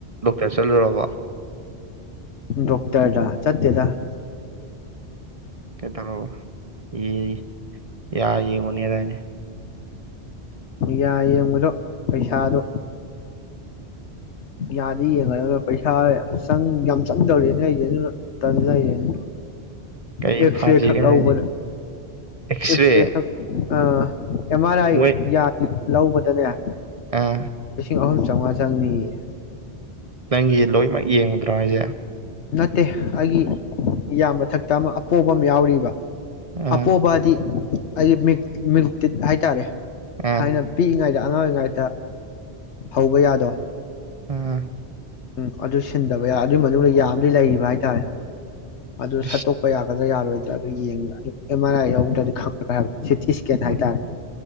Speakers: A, on the right; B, on the left.
A: ꯗꯣꯛꯇꯔ ꯆꯠꯂꯨꯔꯕꯣ
B: ꯗꯣꯛꯇ꯭ꯔꯗ ꯆꯠꯇꯦꯗ
A: ꯀꯩꯗꯧꯔꯕ ꯌꯦ ꯢ ꯌꯥ ꯌꯦꯡꯉꯨꯅꯤ ꯍꯥꯢꯗꯥꯢ ꯅꯦ
B: ꯌꯥ ꯌꯦꯡꯕꯗꯣ ꯄꯩꯁꯥꯗꯣ ꯌꯥꯗꯤ ꯌꯦꯡꯉꯥꯒ ꯄꯩꯁꯥ ꯌꯥꯝ ꯆꯪꯗꯧꯔꯦꯅꯦ ꯑꯩꯁ ꯑꯗꯨ ꯇꯟ ꯂꯩꯔꯦꯅꯦ
A: ꯀꯔꯤ
B: ꯑꯦꯁ
A: ꯐꯥꯖꯤꯒ
B: ꯔꯦ ꯈꯛꯂꯎꯕꯗ
A: ꯍꯥꯏ ꯑꯦꯛꯁꯔꯦ
B: ꯑꯦꯁ ꯔꯦ ꯈꯛ ꯑꯥ ꯑꯦꯝ ꯑꯔ ꯑꯥꯏ
A: ꯃꯣꯏ
B: ꯌꯥ ꯂꯧꯕꯗꯅꯦ
A: ꯑꯥ
B: ꯂꯤꯁꯤꯡ ꯑꯍꯨꯝ ꯆꯧꯉꯥ ꯆꯪꯅꯤꯌꯦ
A: ꯅꯪꯒꯤ ꯂꯣꯏꯃꯛ ꯌꯦꯡ ꯄꯥꯏꯖꯦ
B: ꯅꯠꯇꯦ ꯑꯩꯒꯤ ꯏꯌꯥꯃꯊꯛꯇ ꯑꯃ ꯑꯄꯣꯕ ꯑꯃ ꯌꯥꯎꯔꯤꯕ
A: ꯑꯥ
B: ꯑꯄꯣꯕꯗꯤ ꯑꯩ ꯃꯤꯠ ꯃꯤꯜꯀꯤꯠ ꯍꯥꯏꯇꯥꯔꯦ
A: ꯑꯥ
B: ꯊꯥꯏꯅ ꯄꯤꯛꯏꯉꯥꯏꯗ ꯑꯉꯥꯡ ꯑꯣꯏꯔꯤꯉꯥꯏꯗ ꯍꯧꯕ ꯌꯥꯗꯣ
A: ꯑꯥ
B: ꯎꯝ ꯑꯗꯨ ꯁꯤꯟꯗꯕ ꯌꯥꯏ ꯑꯗꯨꯏ ꯃꯅꯨꯡꯗ ꯌꯥꯑꯃꯗꯤ ꯂꯩꯔꯤꯕ ꯍꯥꯏꯇꯥꯔꯦ ꯑꯗꯨ
A: ꯑꯁ
B: ꯁꯠꯇꯣꯛꯄ ꯌꯥꯕ ꯌꯥꯔꯣꯏꯗ ꯑꯗꯨ ꯌꯦꯡꯉ ꯑꯦꯝ ꯑꯥꯔ ꯑꯥꯏ ꯌꯥꯎꯗ꯭ꯔꯗꯤ ꯈꯪꯉꯔꯣꯏ ꯍꯥꯏꯕ ꯁꯤ ꯊꯤꯁꯀꯦꯗꯥ
A: ꯎꯝ
B: ꯍꯥꯏ ꯇꯥꯔꯦ <inaudible>